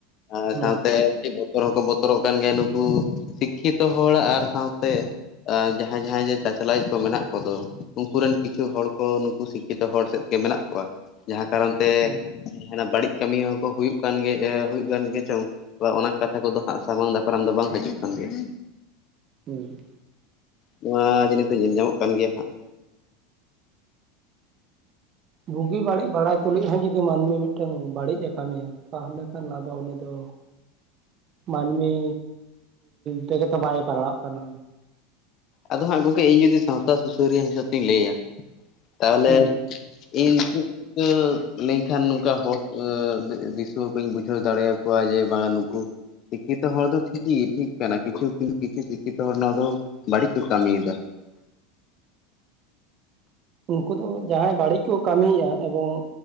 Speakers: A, on the left; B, on the right.
A: ᱟᱨ
B: ᱦᱩᱸ
A: ᱥᱟᱶᱛᱮ ᱢᱤᱫᱴᱤᱡ ᱵᱚᱛᱚᱨ ᱦᱚᱸᱠᱚ ᱵᱚᱛᱚᱨᱚᱜ ᱠᱟᱱ ᱜᱮᱭᱟ ᱱᱩᱠᱩ ᱥᱤᱠᱠᱷᱤᱛᱚ ᱦᱚᱲ ᱟᱨ ᱥᱟᱶᱛᱮ ᱟᱸ ᱡᱟᱸᱦᱟᱭ ᱡᱟᱦᱟᱸᱭ ᱡᱮ ᱪᱟᱪᱞᱟᱭᱤᱡ ᱠᱚ ᱢᱮᱱᱟᱜ ᱠᱚᱫᱚ᱾ ᱩᱱᱠᱩ ᱨᱮᱱ ᱠᱤᱪᱷᱩ ᱦᱚᱲ ᱠᱚ ᱱᱩᱠᱩ ᱥᱤᱠᱷᱤ ᱛᱚ ᱦᱚᱲ ᱥᱮᱫ ᱜᱮ ᱢᱮᱱᱟᱜ ᱠᱚᱣᱟ ᱡᱟᱦᱟᱸ ᱠᱟᱨᱚᱱ ᱛᱮ
B: ᱦᱩᱸ
A: ᱡᱟᱦᱱᱟᱜ ᱵᱟᱹᱲᱤᱡ ᱠᱟᱹᱢᱤ ᱦᱚᱸᱠᱚ ᱦᱩᱭᱩᱜ ᱠᱟᱱ ᱜᱮ ᱦᱩᱭᱩᱜ ᱠᱟᱱ ᱜᱮ ᱪᱚᱝ ᱵᱟ ᱚᱱᱟ ᱠᱟᱛᱷᱟ ᱠᱚᱫᱚ ᱦᱟᱸᱜ ᱥᱟᱢᱟᱝ ᱫᱟᱯᱨᱟᱢ ᱫᱚ ᱵᱟᱝ ᱦᱤᱡᱩᱜ ᱠᱟᱱ ᱜᱮᱭᱟ
B: ᱦᱩᱸ
A: ᱱᱚᱣᱟ ᱡᱤᱱᱤᱥ ᱫᱚ ᱧᱮᱞ ᱧᱟᱢᱚᱜ ᱠᱟᱱ ᱜᱮᱭᱟ ᱦᱟᱸᱜ
B: ᱵᱩᱜᱤ ᱵᱟᱹᱲᱤᱡ ᱵᱟᱲᱟᱭ ᱛᱩᱞᱩᱡ ᱦᱚᱸ ᱡᱩᱫᱤ ᱢᱟᱹᱱᱢᱤ ᱢᱤᱫᱴᱟᱝ ᱵᱟᱹᱲᱤᱡ ᱮ ᱠᱟᱹᱢᱤᱭᱟ ᱛᱟᱦᱚᱞᱮ ᱠᱷᱟᱱ ᱟᱫᱚ ᱩᱱᱤ ᱫᱚ ᱢᱟᱹᱱᱢᱤ ᱛᱮᱜᱮ ᱛᱚ ᱵᱟᱭ ᱯᱟᱲᱟᱜ ᱠᱟᱱᱟ
A: ᱟᱫᱚ ᱦᱟᱸᱜ ᱜᱚᱝᱠᱮ ᱤᱧ ᱡᱩᱫᱤ ᱥᱟᱶᱛᱟ ᱥᱩᱥᱟᱹᱨᱤᱭᱟᱹ ᱦᱤᱥᱟᱹᱵ ᱛᱤᱧ ᱞᱟᱹᱭᱟ ᱛᱟᱦᱚᱞᱮ
B: ᱦᱩᱸ
A: ᱤᱧ ᱪᱤᱠᱟᱹ ᱞᱮᱧᱠᱷᱟᱱ ᱱᱚᱝᱠᱟ ᱦᱚᱲ ᱫᱤᱥᱩᱣᱟᱹ ᱠᱚᱧ ᱵᱩᱡᱷᱟᱹᱣ ᱫᱟᱲᱮᱭᱟ ᱠᱚᱣᱟ ᱡᱮ ᱵᱟᱝᱟ ᱱᱩᱠᱩ ᱥᱤᱠᱠᱷᱤ ᱛᱚ ᱦᱚᱲ ᱫᱚ ᱴᱷᱤᱠ ᱜᱮ ᱴᱷᱤᱠ ᱠᱟᱱᱟ ᱠᱤᱪᱷᱩ ᱠᱤᱱᱛᱩ ᱠᱤᱪᱷᱩ ᱥᱤᱠᱷᱤᱛᱚ ᱦᱚᱲ ᱱᱚᱣᱟ ᱫᱚ ᱵᱟᱹᱲᱤᱡ ᱠᱚ ᱠᱟᱹᱢᱤ ᱭᱮᱫᱟ
B: ᱩᱱᱠᱩ ᱫᱚ ᱡᱟᱦᱟᱸᱭ ᱵᱟᱹᱲᱤᱡ ᱠᱚ ᱠᱟᱹᱢᱤᱭᱟ ᱮᱵᱚᱝ